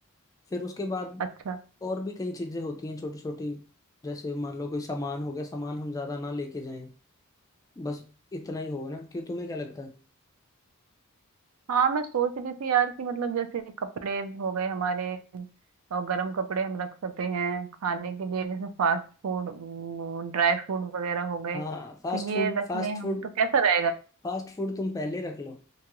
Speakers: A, on the left; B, on the right.
A: फिर उसके बाद
B: अच्छा
A: और भी कई चीजें होती हैं छोटी छोटी जैसे मान लो कोई सामान हो गया सामान हम ज्यादा ना लेके जाएं बस इतना ही होगा ना क्यों तुम्हें क्या लगता है
B: हाँ मैं सोच रही थी यार कि मतलब जैसे कपड़े हो गए हमारे और गर्म कपड़े हम रख सकते हैं खाने के लिए जैसे फास्ट फूड ड्राई फ्रूट वगैरह हो गए
A: हाँ
B: तो
A: fast
B: ये
A: food
B: रख
A: fast
B: लें हम
A: food
B: तो कैसा रहेगा
A: Fast food तुम पहले रख लो